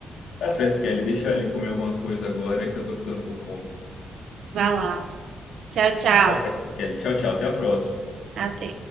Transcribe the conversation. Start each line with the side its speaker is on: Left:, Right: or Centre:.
Left: tá certo, Kelly. Deixa ele comer alguma coisa agora que eu tô ficando com fome.
Right: Vai lá. Tchau, tchau.
Left: Tá certo, Kelly. Tchau, tchau. Até a próxima.
Right: Até.